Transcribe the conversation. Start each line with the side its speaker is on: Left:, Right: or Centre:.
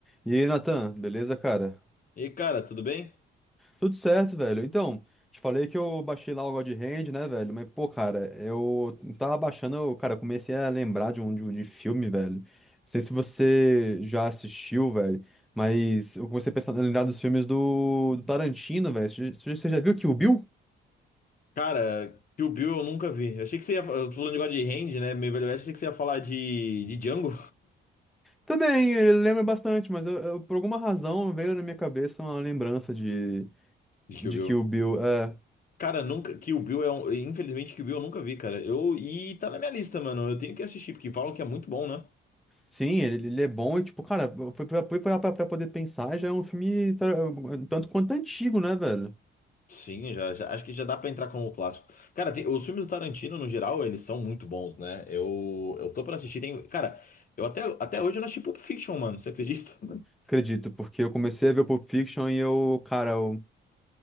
Centre: E aí, Natan, beleza, cara?
Left: E aí, cara, tudo bem?
Centre: Tudo certo, velho. Então, te falei que eu baixei lá o God Hand, né, velho? Mas, pô, cara, eu tava baixando, eu, cara, eu comecei a lembrar de um de, um- de filme, velho. Não sei se você já assistiu, velho, mas eu comecei a pensar, a lembrar dos filmes do, do Tarantino, velho. Você, já você já viu Kill Bill?
Left: Cara, Kill Bill eu nunca vi. Eu achei que você ia. Eu tô falando de God Hand, né? Meio Velho Oeste, achei que você ia falar de, de Django,
Centre: Também, ele lembra bastante, mas eu, eu, por alguma razão veio na minha cabeça uma lembrança de,
Left: <laughs> de
Centre: de
Left: Kill Bill.
Centre: Kill Bill. é.
Left: Cara, nunca. Kill Bill é um. Infelizmente, Kill Bill eu nunca vi, cara. Eu... E tá na minha lista, mano. Eu tenho que assistir, porque falam que é muito bom, né?
Centre: Sim, ele, ele é bom e, tipo, cara, foi pra, foi pra, pra- pra poder pensar, já é um filme tá- tanto quanto antigo, né, velho?
Left: Sim, já, já- acho que já dá pra entrar como clássico. Cara, tem- os filmes do Tarantino, no geral, eles são muito bons, né? Eu, eu tô pra assistir. Tem... Cara, eu até... até hoje eu não assisti Pulp Fiction, mano. Você acredita?
Centre: Acredito, porque eu comecei a ver o Pulp Fiction e eu, cara, eu